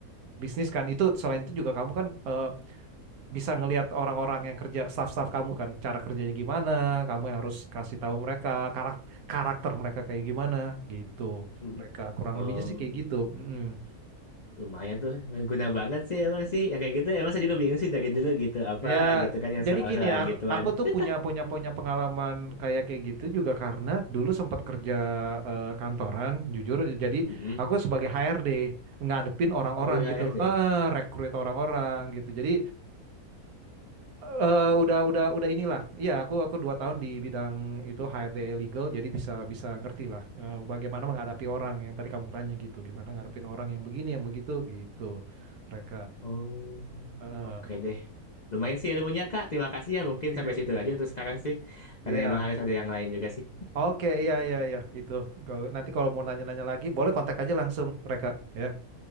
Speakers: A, on the right; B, on the left.
A: bisnis kan itu selain itu juga kamu kan eh, bisa ngelihat orang-orang yang kerja staff-staff kamu kan cara kerjanya gimana kamu yang harus kasih tahu mereka karak- karakter mereka kayak gimana gitu
B: hmm.
A: mereka kurang
B: Oh,
A: lebihnya sih kayak gitu Mm.
B: lumayan tuh. Guna banget sih emang sih. Yang kayak gitu emang saya juga bingung sih dari dulu gitu. Apa
A: Ya,
B: gitu kan yang
A: jadi
B: soal-soal
A: gini ya,
B: yang
A: aku,
B: gituan.
A: aku tuh
B: <laughs>
A: punya punya punya pengalaman kayak kayak gitu juga karena dulu sempat kerja eh, kantoran, jujur. Jadi
B: Hmm.
A: aku sebagai HRD ngadepin orang-orang
B: Oh, dari HRD.
A: gitu loh, Eh, rekrut orang-orang gitu. Jadi eh, udah udah udah inilah. Iya, aku aku dua tahun di bidang itu HRD legal, jadi bisa bisa ngerti lah eh, bagaimana menghadapi orang yang tadi kamu tanya gitu, gimana ngadepin orang yang begini yang begitu gitu mereka.
B: Oh,
A: Eh,
B: oke deh. Lumayan sih ilmunya, Kak. Terima kasih ya. Mungkin
A: Iya.
B: sampai situ aja untuk sekarang sih. Karena
A: Iya,
B: emang harus ada yang lain juga sih.
A: Oke, iya iya iya itu. Kalau- Nanti kalau mau nanya-nanya lagi, boleh kontak aja langsung mereka ya.